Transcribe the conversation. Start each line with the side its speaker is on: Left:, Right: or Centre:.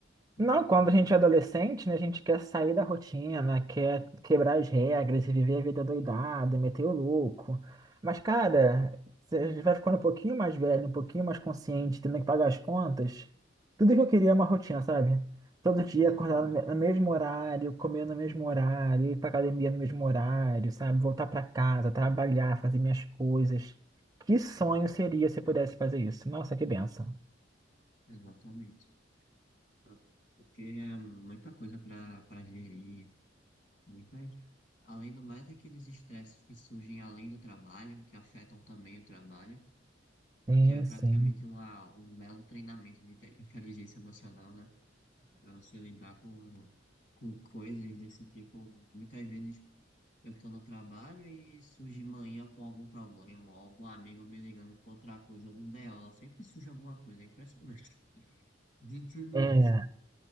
Left: Sou
Right: Não,
Left: muito
Right: quando
Left: metódico,
Right: a gente é adolescente, né, a gente quer sair da rotina, quer quebrar as regras e viver a vida doidada, meter o louco. Mas, cara, você vai ficando um pouquinho mais velho, um pouquinho mais consciente, tendo que pagar as contas. Tudo que eu queria é uma rotina, sabe? Todo dia
Left: exatamente,
Right: acordar no me- no mesmo horário, comer no mesmo horário, ir pra academia no mesmo horário, sabe? Voltar pra casa, trabalhar, fazer minhas coisas. Que sonho seria se eu pudesse fazer isso? Nossa, que benção.
Left: exatamente. sabe? Porque é muita coisa para para gerir, muitas. Além do mais, aqueles estresses que surgem além do trabalho, que afetam também o trabalho,
Right: Sim,
Left: que é praticamente
Right: sim.
Left: uma, um belo treinamento de inte- <laughs> inteligência emocional, né? Para você lidar com, com coisas desse tipo. Muitas vezes eu estou no trabalho e surge manhã com algum problema, ou algum amigo me ligando com outra coisa, algum BO, sempre surge alguma coisa, é impressionante. <laughs> De tudo
Right: É.
Left: isso